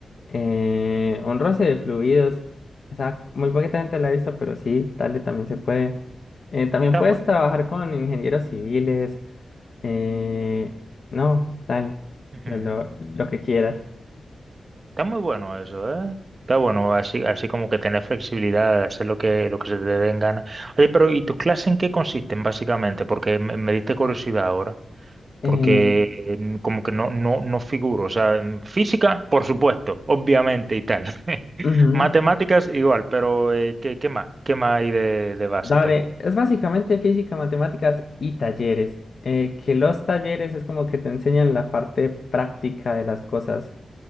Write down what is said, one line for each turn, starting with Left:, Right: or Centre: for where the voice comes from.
Left: Eh, un roce de fluidos. O sea, muy poquita gente la ha visto, pero sí, dale, también se puede. Eh, también
Right: Está
Left: puedes
Right: bueno.
Left: trabajar con ingenieros civiles. eh, no, dale,
Right: ujú.
Left: lo, lo- lo que quieras.
Right: Está muy bueno eso, ¿eh? Está bueno, así, así como que tener flexibilidad, hacer lo que, lo que se te den ganas. Oye, pero ¿y tus clases en qué consisten básicamente? Porque me, me diste curiosidad ahora.
Left: Eh,
Right: porque eh, como que no, no, no figuro. O sea, en física, por supuesto, obviamente y tal. <laughs>
Left: ujú,
Right: Matemáticas igual, pero eh, ¿qué, qué más? ¿Qué más hay de, de base
Left: Dale,
Right: y tal?
Left: es básicamente física, matemáticas y talleres. eh, que los talleres es como que te enseñan la parte práctica de las cosas.